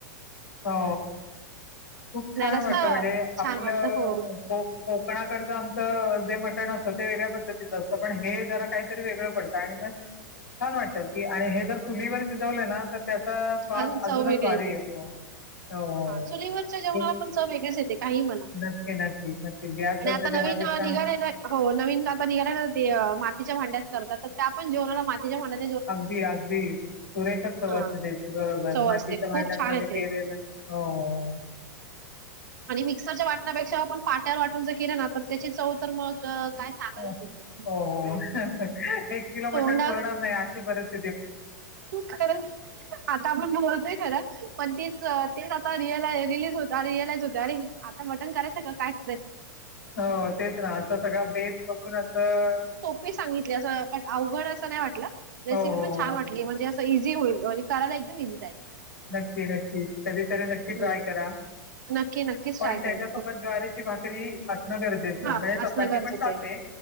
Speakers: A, on the left (about 85°); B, on the right (about 70°).
A: हो खूप
B: नाही
A: छान
B: रस्ता
A: वाटत म्हणजे
B: छान
A: आपलं
B: वाटत हो
A: प कोकणाकडचं आमचं जे मटण असतं ते वेगळ्या पद्धतीचं असतं पण हे जरा काही वेगळ पडत आणि मग छान वाटत की आणि हे जर चुलीवर शिजवलं ना तर त्याचा स्वाद
B: अजून
A: अजूनच
B: चव वेगळी
A: भारी
B: येते
A: येतो हो.
B: हा चुलीवरच्या जेवणाला
A: ते
B: पण चव वेगळीच येते ते काही म्हणा
A: नक्की नक्कीच नक्कीच गॅसवरच्या
B: आणि आता
A: जेवणापेक्षा
B: नवीन निघालय ना हो नवीन आता निघालय ना मातीच्या भांड्यात करतात तर त्या पण जेवणाला मातीच्या भांड्यात
A: अगदी अगदी सुरेखच चव
B: हा
A: असते त्याची बरोबर
B: चव
A: मातीच्या
B: असते खूप
A: भांड्यांमध्ये
B: छान येते
A: केलेलं हो हो
B: आणि मिक्सरच्या वाटण्यापेक्षा आपण पाट्यावर वाटून जर केलं ना तर त्याची चव तर मग काय सांगायलाच
A: हो
B: नको
A: हो एक किलो मटण
B: तोंडा
A: पुरणार नाही अशी परिस्थि
B: खरं आता आपण बोलतोय खर पण तीच तेच आता रिअला रिलीज होत रिअलाइज होत अरे आता मटण करायचंय का काय‌ करायचं
A: हो, तेच ना असं सगळा बेेत बघून असं
B: मी सांगितली असं पण अवघड असं नाही वाटलं, रेसिपी
A: हो, हो.
B: पण
A: हो.
B: छान वाटली. हे म्हणजे असं इझी होईल, म्हणजे करायला एकदम इझी जाईल.
A: नक्की नक्की कधीतरी नक्की
B: हो.
A: ट्राय करा
B: नक्की नक्कीच
A: पण
B: ट्राय
A: त्याच्यासोबत
B: करेन
A: ज्वारीेची भाकरी असणं गरजेचं
B: हा
A: म्हणजे
B: असणं
A: चपाती
B: गरजेचं
A: पण चालते
B: आहे.